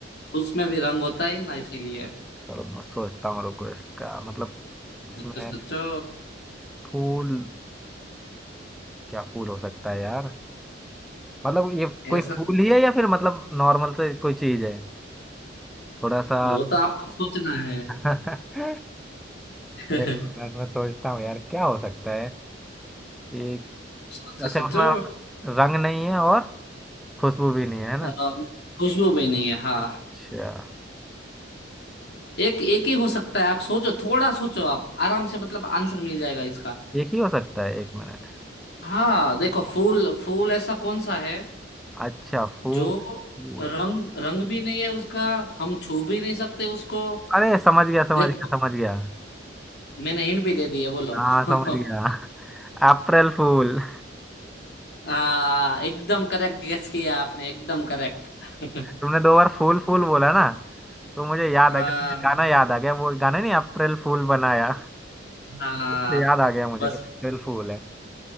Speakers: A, on the left; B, in the centre.
A: उसमें भी रंग होता है ना इसीलिए
B: चलो मैं सोचता हूँ रुको इसका मतलब इसमें
A: सोचो सोचो
B: फूल क्या फूल हो सकता है यार मतलब ये
A: ऐसा
B: कोई फूल ही है या फिर मतलब नॉर्मल से कोई चीज है थोड़ा सा
A: वो तो आपको सोचना है
B: <laughs>
A: <laughs>
B: एक मिनट में सोचता हूँ यार क्या हो सकता है एक
A: सोचो
B: अच्छा
A: सोचो
B: उसमें रंग नहीं है और खुशबू भी नहीं है है ना
A: अ, खुशबू भी नहीं है हाँ
B: अच्छा
A: एक एक ही हो सकता है आप सोचो थोड़ा सोचो आप आराम से मतलब आंसर मिल जाएगा इसका
B: एक ही हो सकता है एक मिनट
A: हाँ देखो फूल फूल ऐसा कौन सा है
B: अच्छा फूल
A: जो
B: फूल
A: रंग रंग भी नहीं है उसका हम छू भी नहीं सकते उसको
B: अरे समझ गया समझ
A: देखो
B: गया समझ गया
A: मैंने हिंट भी दे दी है बोलो
B: हाँ समझ गया
A: <laughs>
B: अप्रैल फूल
A: आ, एकदम करेक्ट गेस किया आपने एकदम करेक्ट <laughs>
B: तुमने दो बार फूल फूल बोला ना तो मुझे याद
A: हाँ
B: आ गया मुझे गाना याद आ गया वो गाना नहीं अप्रैल फूल बनाया
A: हाँ
B: उससे याद आ गया मुझे
A: बस
B: कि अप्रैल फूल है